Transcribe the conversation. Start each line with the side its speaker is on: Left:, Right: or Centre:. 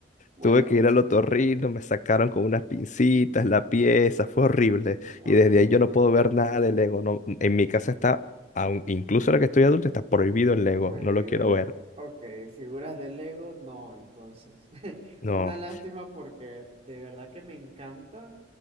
Right: Bueno,
Left: Tuve que ir al otorrino, me sacaron con unas pincitas la pieza, fue horrible.
Right: ok.
Left: Y desde ahí yo no puedo ver nada de Lego. No, en mi casa está, aun- incluso ahora que estoy adulto, está prohibido el Lego.
Right: Prohibido
Left: No lo quiero
Right: Lego.
Left: ver.
Right: Ok, figuras de Lego, no, entonces. <laughs>
Left: No.
Right: Una lástima porque de verdad que me encanta.